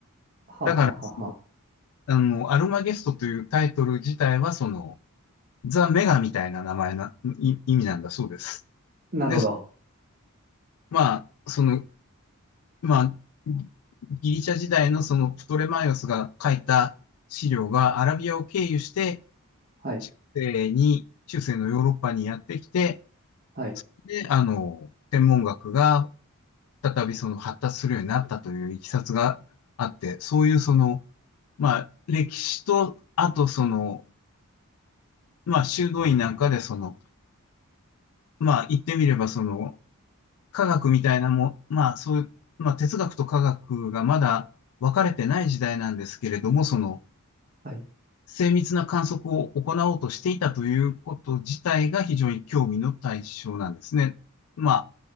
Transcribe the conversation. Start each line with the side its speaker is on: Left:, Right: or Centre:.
Right: はははは。
Left: だから、そのあの、アルマゲストというタイトル自体は、その、ザ・メガみたいな名前な、い意味なんだそうです。
Right: なるほど。
Left: で、まあ、その、まあ、ギリシャ時代のそのプトレマイオスが書いた資料がアラビアを経由して、
Right: はい。
Left: 中世に、中世のヨーロッパにやってきて、
Right: はい。
Left: で、あの、天文学が再びその発達するようになったといういきさつがあって、そういうその、まあ、歴史と、あとその、まあ、修道院なんかでその、まあ、言ってみればその、科学みたいなも、まあそういう、まあ哲学と科学がまだ分かれてない時代なんですけれども、その
Right: はい。
Left: 精密な観測を行おうとしていたということ自体が非常に興味の対象なんですね。まあ